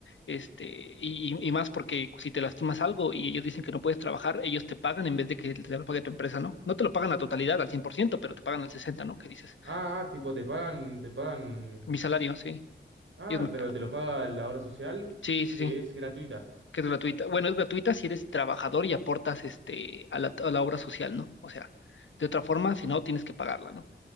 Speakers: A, on the left; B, on the right.
A: Este, y, y- y más porque si te lastimas algo y ellos dicen que no puedes trabajar, ellos te pagan en vez de que te lo pague tu empresa, ¿no? No te lo pagan a totalidad, al 100% pero te pagan al 60, ¿no? ¿Qué dices?
B: Ah, ah, tipo, te pagan, te pagan.
A: Mi salario, sí.
B: Ah,
A: Ellos me-
B: pero te lo paga la obra social,
A: Sí, sí,
B: que
A: sí.
B: es gratuita.
A: que es gratuita. Bueno, es gratuita si eres trabajador y aportas este, a la, a la obra social, ¿no? O sea, de otra forma, si no, tienes que pagarla, ¿no?